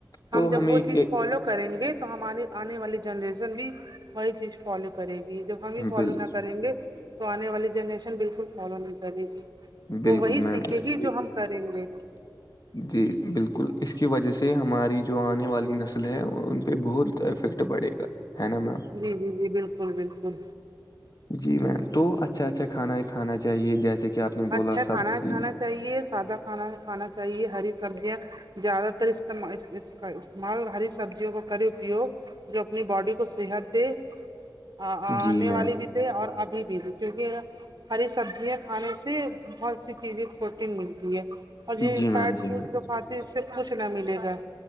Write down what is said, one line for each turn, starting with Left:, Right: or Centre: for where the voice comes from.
Right: ہم
Left: تو
Right: جب
Left: ہمیں
Right: وہ چیز
Left: کہ
Right: فالو کریں گے تو ہمارے آنے والی جنریشن بھی وہی چیز فالو کرے گی جب ہم ہی فالو
Left: بل
Right: نہ کریں گے تو آنے والی جنریشن بالکل فالو نہیں کرے گی
Left: بالکل
Right: وہ وہی
Left: میم
Right: سیکھے
Left: اس کی
Right: گی جو ہم کریں گے
Left: جی بالکل اس کی وجہ سے ہماری جو آنے والی نسل ہے ان پہ بہت افیکٹ پڑے گا ہے نا میم
Right: جی جی جی بالکل بالکل
Left: جی میم تو اچھا اچھا کھانا کھانا چاہیے جیسے کہ آپ نے بولا
Right: اچھا
Left: سبزی
Right: کھانا کھانا چاہیے سادہ کھانا کھانا چاہیے ہری سبزیاں زیادہ تر کا استعمال ہری سبزیوں کا کرے اپیوگ جو اپنی باڈی کو صحت دے آنے
Left: جی میم
Right: والی بھی تھھی اور ابھی بھی تھی کیونکہ ہری سبزیاں کھانے سے بہت سی چیزیں پروٹین ملتی ہے اور یہ
Left: جی میم
Right: فٹ
Left: جی
Right: فوڈ
Left: میم
Right: باقی اس سے کچھ نہ ملے گا